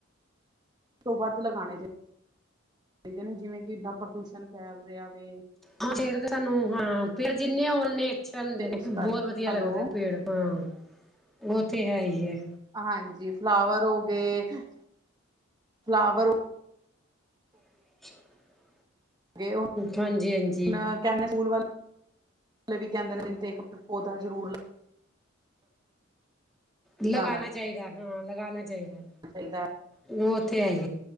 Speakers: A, on the right (about 20°); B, in the centre.
A: ਤੋਂ ਵੱਧ ਲਗਾਨੇ ਚਾਹੀ ਚਾਹੀਦੇ ਨੇ ਜਿਵੇਂ ਕਿ ਇਨਾ ਪ੍ਰਦੂਸ਼ਣ ਫੈਲ ਰਿਹਾ ਵੇ
B: ਪੇੜ ਤਾਂ ਸਾਨੂੰ ਹਾਂ ਫੇਰ ਜਿੰਨੇ ਆ ਉਨੇ ਅੱਛੇ ਹੁੰਦੇ
A: ਤੇ
B: ਨੇ
A: ਉਸ
B: ਬਹੁਤ
A: ਕਰ
B: ਵਧੀਆ
A: ਹੈਲੋ
B: ਲੱਗਦੇ ਪੇੜ ਹਾਂ ਉਹ ਤੇ ਹੈ ਈ ਏ
A: ਹਾਂਜੀ ਫਲਾਵਰ ਹੋ ਗਏ ਫਲਾਵਰ
B: <inaudible>
A: ਹੋਗੇ ਹੁਣ
B: ਹਾਂਜੀ-ਹਾਂਜੀ
A: ਕਹਿੰਦੇ ਸਕੂਲ ਵਾਲੇ ਵੀ ਕਹਿੰਦੇ ਨੇ ਤੇ ਇੱਕ ਪੌਦਾ ਜ਼ਰੂਰ ਲਾਓ ਲਗਾਉਣਾ
B: ਲਗਾਣਾ ਚਾਹੀਦਾ, ਹਾਂ ਲਗਾਣਾ ਚਾਹੀਦਾ
A: ਚਾਹੀਦਾ
B: ਉਹ ਤੇ ਹੈ ਇਸ